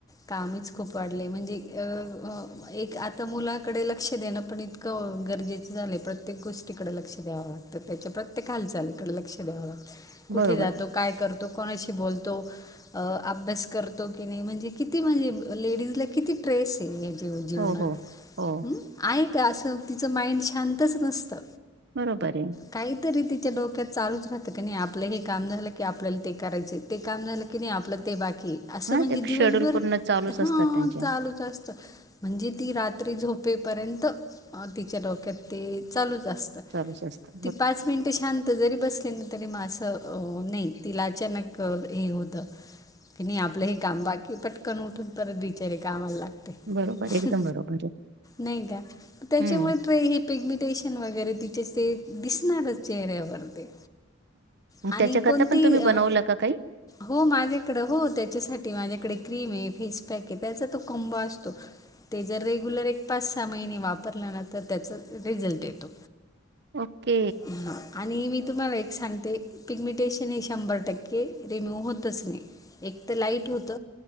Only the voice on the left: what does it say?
कामच खूप वाढले. म्हणजे अ एक आता मुलाकडे लक्ष देणं पण इतकं गरजेचं. झाले प्रत्येक गोष्टीकडे लक्ष द्यावं लागतं. त्याच्या प्रत्येक हालचालीकडे लक्ष द्यावा लागत. कुठे
जातो काय करतो? तो कोणाशी बोलतो? अ अभ्यास करतो की नाही? म्हणजे किती म्हणजे, लेडीज ला किती ट्रेस जीवनात्
आहे का असं तिचं माइंड शांतच नसतं.
काहीतरी त डोक्यात चालू च रात की नाही. आपलं हे काम झालं की आपल्याला ते करायचय. ते काम झालं की नाही आपलं बाकी असं
म्हणजे
दिवसभर
हा
चालूच असत म्हणजे ती रात्री झोपेपर्यंत तिच्या डोक्यात ते चालूच अस
ती पाच मिनिट शांत जरी बसली ना. तरी मा असं नाही तिला अचानक हे होत, की नाही आपलं हे काम बाकी पटकन उठून परत बिचारे कामाला लागत ते.
नाही का? त्याच्यामुळ
हे पिगमिटेशन वगैरे वगैरे ति ते दिसणारच चेहऱ्यावर ते. आणि
कोणती
अ
हो माझ्याकडें हो त्याच्यासाठी माझ्याकडे क्रीम आहे फेस पॅक आहे त्याचा तो कोंबों असतो ते जर रेगुलर एक पाच सहा महिने वापरलं ना तर त्याचा रिझल्ट येतो.
हां आणि मी तुम्हाला एक सांगते पिगमिटेशन हे शंभर टक्के रिमूव्ह होतच नाही.. एक तर लाईट होत